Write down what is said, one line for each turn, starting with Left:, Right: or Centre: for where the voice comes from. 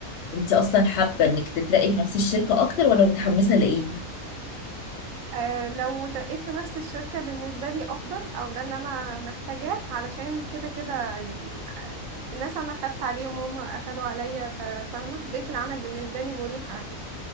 Left: انت اصلا حابة انك تترقي في نفس الشركة اكتر ولا متحمسة لايه
Right: أه لو اترقيت في نفس الشركة بالنسبة لي أفضل أو ده اللي أنا محتاجاه علشان كده كده يعني ع- الناس أنا خدت عليهم وهم أخدوا عليا ف- فاهمة بيئة العمل بالنسبة لي مريحة يعني